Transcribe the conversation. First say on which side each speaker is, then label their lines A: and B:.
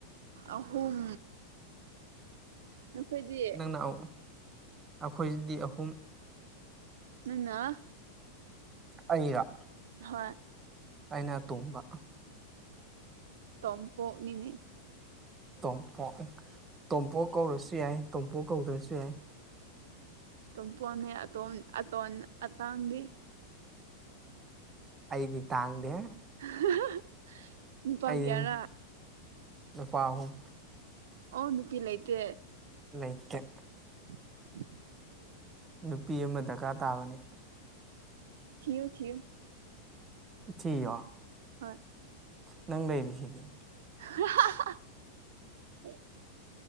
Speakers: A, on the right; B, on the right.
A: ꯑꯍꯨꯝ ꯅꯈꯣꯏꯗꯤ
B: ꯅꯪꯅ ꯑꯩꯈꯣꯏꯁꯤꯗꯤ ꯑꯍꯨꯝ
A: ꯅꯟꯅ
B: ꯑꯩꯅ
A: ꯍꯣꯏ
B: ꯑꯩꯅ ꯇꯣꯝꯕ
A: ꯇꯝꯄꯣ ꯅꯅꯦ
B: ꯇꯣꯝꯄꯣꯛ ꯇꯣꯝꯄꯣꯛ ꯀꯧꯔꯁꯨ ꯌꯥꯏ ꯇꯣꯝꯄꯣ ꯀꯧꯗ꯭ꯔꯁꯨ ꯌꯥꯏ
A: ꯑꯝ ꯄꯣꯟꯅꯩ ꯑꯇꯝ ꯑꯇꯣꯟ ꯑꯇꯥꯡꯗꯤ
B: ꯑꯩꯗꯤ ꯇꯥꯡꯗꯦ
A: <unintelligible>
B: ꯑꯩꯗꯤ
A: ꯀꯌꯥꯔꯥ
B: ꯅꯨꯄꯥ ꯑꯍꯨꯝ
A: ꯑꯣ ꯅꯨꯄꯤ ꯂ ꯂꯩꯇꯦ
B: ꯂꯩ ꯂꯩꯛꯇ
A: <unintelligible>
B: ꯅꯨꯄꯤ ꯑꯃ ꯗꯔꯀꯥꯔ ꯇꯥꯕꯅꯤ
A: ꯊꯣ ꯊꯌ
B: ꯊ
A: ꯍꯣꯏ
B: ꯅꯪ ꯂꯩꯔꯤꯁꯤꯗꯤ
A: <unintelligible>